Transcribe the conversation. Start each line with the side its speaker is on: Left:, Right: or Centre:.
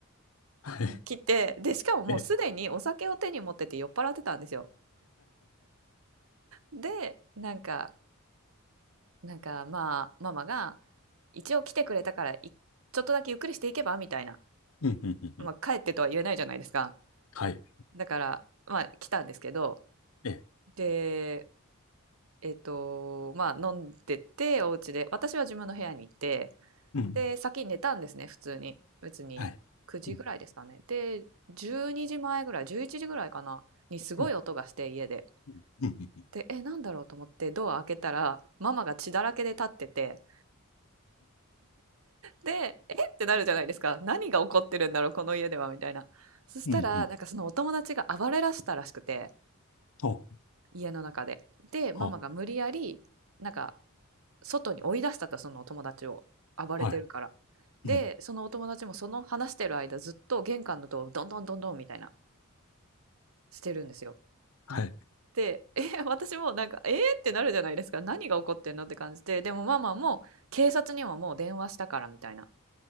Left: はい
Right: に来て、で、しかももうすでにお酒を手に持ってて酔っ払ってたんですよ。
Left: え
Right: で、なんか、なんか、まあ、ママが、一応来てくれたから、いちょっとだけゆっくりしていけばみたいな。
Left: うんうんうん
Right: まあ、帰ってとは言えないじゃないですか。
Left: はい
Right: だから、まあ、来たんですけど、
Left: え
Right: で、えっと、まあ、飲んでて、お家で、私は自分の部屋に行って、
Left: うん
Right: で、先に寝たんですね、普通に。別に、
Left: はいうん
Right: 9時ぐらいですかね。で、12時前ぐらい、11時ぐらいかな、にすごい音がして、
Left: う
Right: 家で。
Left: んうんうん
Right: で、え、なんだろうと思ってドア開けたら、ママが血だらけで立ってて、で、えってなるじゃないですか。何が起こってるんだろう、この家では、みたいな。そしたら、
Left: うんうん
Right: なんかそのお友達が暴れらしたらしくて、
Left: お
Right: 家の中で。で、ママが無理やり、
Left: お
Right: なんか、外に追い出したと、そのお友達を。暴れてるから。
Left: はい
Right: で、
Left: うん。
Right: そのお友達もその話してる間、ずっと玄関のドアをどんどんどんどんみたいな、してるんですよ。
Left: はい。
Right: で、え、私もなんか、えーってなるじゃないですか。何が起こってんのって感じで。でもママも警察にはもう電話したからみたいな。